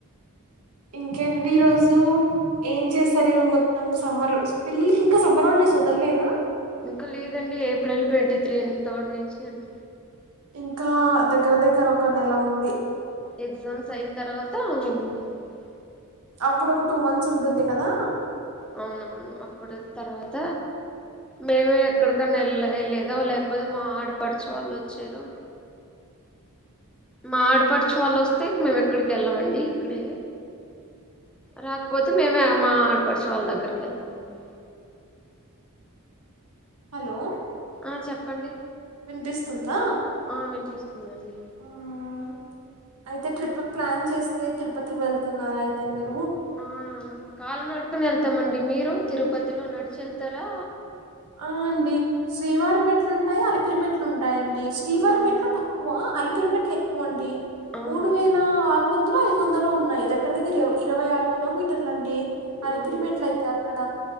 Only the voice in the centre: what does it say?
ఇంకా లేదండి ఏప్రిల్ ట్వంటీ త్రీ అ థర్డ్ నుంచి అండి
ఎగ్జామ్స్ అయిన తర్వాత ఉంటారండి
అవునవును అప్పుడు తర్వాత మేమే ఎక్కడికన్నా వెళ వెళ్ళేదో లేకపోతే మా ఆడపడుచు వాళ్ళు వచ్చేదో మా ఆడపరచు వాళ్ళు వస్తే మేము ఎక్కడికి వెళ్ళమండి ఇక్కడే రాకపోతే మేమే మా ఆడపడుచు వాళ్ళ దగ్గరికి వెళ్తామండి
ఆ చెప్పండి
ఆ వినిపిస్తుందండి
ఆ కాలి నడుకన వెళ్తామండి
మీరు తిరుపతిలో నడిచి వెళ్తా తరా
ఆ
అవును
ఉమ్